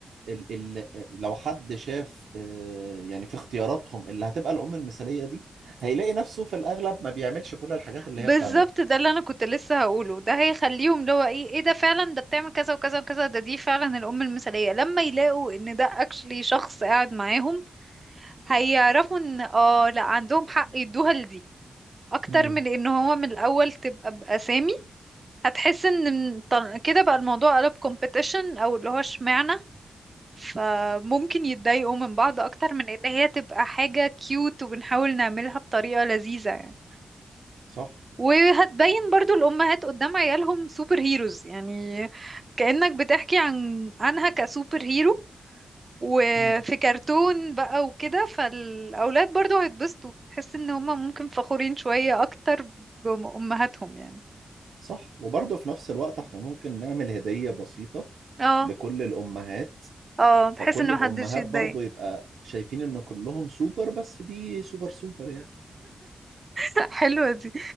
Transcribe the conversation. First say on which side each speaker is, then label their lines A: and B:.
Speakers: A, on the right (about 85°); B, on the right (about 40°).
A: ال ال لو حد شاف آه، يعني في اختياراتهم اللي هتبقى الأم المثالية دي هيلاقي نفسه في الأغلب ما بيعملش كل الحاجات اللي
B: بالظبط
A: هي بتعملها
B: ده اللي انا كنت لسه هقوله ده هيخليهم اللي هو ايه ايه ده فعلا ده بتعمل كذا وكذا وكذا ده دي فعلا الام المثاليه لما يلاقوا ان ده اكشلي شخص قاعد معاهم هيعرفوا ان اه لا عندهم حق يدوها لدي اكتر
A: مم.
B: من ان هو من الاول تبقى باسامي هتحس ان من- طل- كده بقى الموضوع قلب كومبيتيشن او اللي هو اشمعنى فممكن يتضايقوا من بعض اكتر من ان هي تبقى حاجه كيوت وبنحاول نعملها بطريقه لذيذه يعني
A: صح؟
B: وهتبين برضو الأمهات قدام عيالهم سوبر هيروز يعني كأنك بتحكي عن عنها كسوبر هيرو وفي
A: مم.
B: كرتون بقى وكده فالأولاد برضو هيتبسطوا تحس إن هما ممكن فخورين شوية أكتر بأمهاتهم يعني
A: صح وبرضه في نفس الوقت احنا ممكن نعمل هدية بسيطة
B: اه
A: لكل الأمهات
B: اه بحس
A: فكل
B: إن
A: الأمهات
B: محدش يتضايق
A: برضه يبقى شايفين إن كلهم سوبر بس دي سوبر سوبر يعني
B: <laughs> حلوة دي